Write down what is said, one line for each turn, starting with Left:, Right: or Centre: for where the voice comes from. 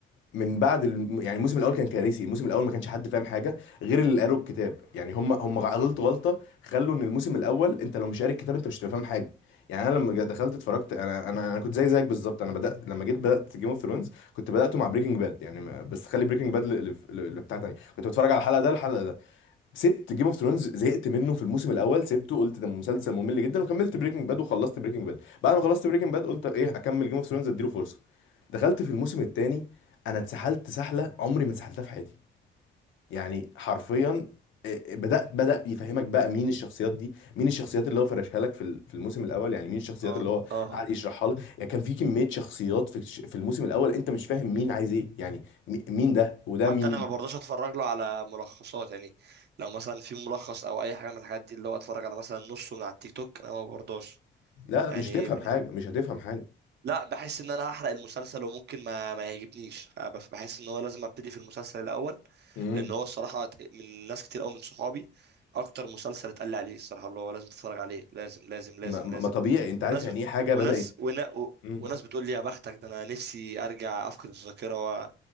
Left: من بعد الم... يعني الموسم الاول كان كارثي الموسم الاول ما كانش حد فاهم حاجه غير اللي قروا الكتاب يعني هم هم غلطت غلطه خلوا ان الموسم الاول انت لو مش قاري الكتاب انت مش هتبقى فاهم حاجه يعني انا لما جا- دخلت اتفرجت انا انا انا كنت زي زيك بالظبط انا بدات لما جيت بدات جيم اوف ثرونز كنت بداته مع بريكنج باد يعني ما- بس خلي بريكنج باد اللي بتاع تاني كنت بتفرج على الحلقه ده الحلقه ده سبت جيم اوف ثرونز زهقت منه في الموسم الاول سبته قلت ده مسلسل ممل جدا وكملت بريكنج باد وخلصت بريكنج باد بعد ما خلصت بريكنج باد قلت ايه اكمل جيم اوف ثرونز اديله فرصه دخلت في الموسم الثاني انا اتسحلت سحله عمري ما اتسحلتها في حياتي يعني حرفيا إيه، بدات بدا يفهمك بقى مين الشخصيات دي مين الشخصيات اللي هو فرشها لك في ال- في الموسم الاول يعني مين الشخصيات
Right: اه
Left: اللي هو
Right: اه
Left: قاعد يشرحها لك يعني كان في كميه شخصيات في في الموسم الاول انت مش فاهم مين عايز ايه يعني مي- مين ده وده
Right: حتى
Left: مين
Right: انا ما برضاش اتفرج له على ملخصات يعني لو مثلا في ملخص او اي حاجه من الحاجات دي اللي هو اتفرج على مثلا نصه من على التيك توك انا ما برضاش
Left: لا لا
Right: يعني
Left: مش تفهم
Right: بحس
Left: حاجه مش هتفهم حاجه
Right: لا بحس ان انا هحرق المسلسل وممكن ما ما يعجبنيش أنا بف- بحس ان هو لازم ابتدي في المسلسل الاول
Left: مم.
Right: لان هو الصراحه ت- من ناس كتير قوي من صحابي اكتر مسلسل اتقال لي عليه الصراحه اللي هو لازم تتفرج عليه لازم لازم
Left: ما,
Right: لازم
Left: ما
Right: لازم
Left: طبيعي انت عارف
Right: ناس
Left: يعني
Right: بت...
Left: ايه حاجه
Right: وناس
Left: بدات
Right: ونا... و...
Left: مم.
Right: وناس بتقول لي يا بختك ده انا نفسي ارجع افقد الذاكره و...